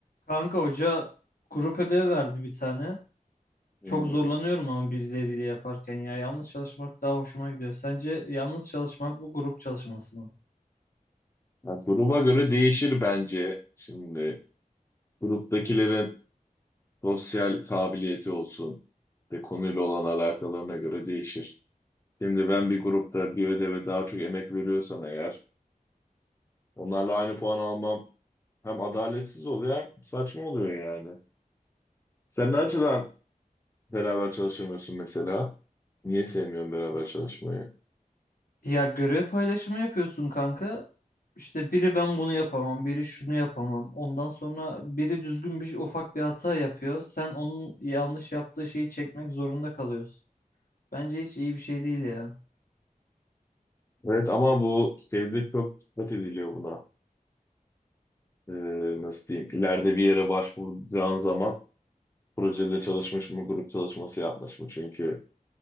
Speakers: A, on the left (about 75°); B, on the left (about 20°).
A: Kanka hoca grup ödevi verdi bir tane.
B: Hmm.
A: Çok zorlanıyorum ama birileriyle yaparken ya yalnız çalışmak daha hoşuma gidiyor. Sence yalnız çalışmak bu grup çalışması mı?
B: Ya gruba göre değişir bence. Şimdi gruptakilerin sosyal kabiliyeti olsun ve konuyla olan alakalarına göre değişir. Şimdi ben bir grupta bir ödeve daha çok emek veriyorsam eğer onlarla aynı puan almam hem adaletsiz oluyor hem saçma oluyor yani. Sen ne açıdan beraber çalışamıyorsun mesela? Niye sevmiyorsun beraber çalışmayı?
A: Ya görev paylaşımı yapıyorsun kanka. İşte biri ben bunu yapamam, biri şunu yapamam. Ondan sonra biri düzgün bir ufak bir hata yapıyor. Sen onun yanlış yaptığı şeyi çekmek zorunda kalıyorsun. Bence hiç iyi bir şey değil ya.
B: Evet ama bu şeyde çok dikkat ediliyor buna. Ee, nasıl diyeyim? İleride bir yere başvuracağın zaman projede çalışmış mı, grup çalışması yapmış mı? Çünkü